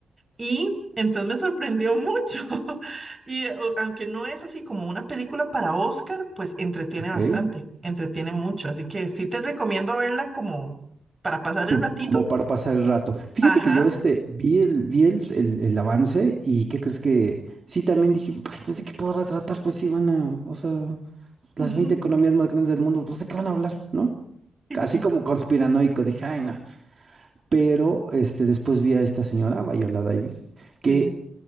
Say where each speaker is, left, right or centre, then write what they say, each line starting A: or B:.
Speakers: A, on the right; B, on the right.
A: Y entonces me sorprendió mucho. <laughs> Y eh, o- aunque no es así como una película para Oscar, pues entretiene
B: Ok.
A: bastante, entretiene mucho. Así que sí te recomiendo verla como para pasar
B: Como,
A: el ratito.
B: como para pasar el rato. Fíjate
A: Ajá.
B: que yo este vi el, vi el, el- el avance y ¿qué crees que? Sí, también dije, ay, pues de qué podrá tratar, pues sí van a, o sea, las
A: <laughs>
B: 20 economías más grandes del mundo, pues de qué van a hablar, ¿no?
A: Sí,
B: Así como conspiranoico, dije, ay, no. Pero este, después vi a esta señora, Viola Davis,
A: sí.
B: que